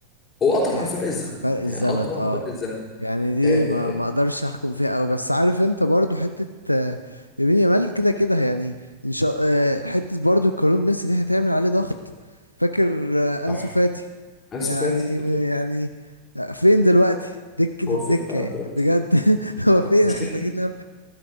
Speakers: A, on the left (about 25°); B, on the left (about 85°).
A: هو اه طبعا
B: يعني
A: فرق الزمن
B: فرق
A: يعني
B: الزمن
A: اه طبعا
B: اه
A: فرق الزمن
B: يعني دي
A: آه
B: ما ما اقدرش احكم فيها قوي بس عارف انت برضو حته آه، يمين يامال كده كده يعني ان شاء آه، حته برضو القانون ميسي دي هتعمل عليه ضغط فاكر آه،
A: صح
B: انسو فاتي
A: انسو
B: يعني
A: فاتي آه طبعا
B: يعني آه، فين دلوقتي دكه الدكه
A: هو فين فعلا
B: يعني.
A: دلوقتي
B: بجد <laughs> هو فين
A: المشكله
B: محتاجين نعرف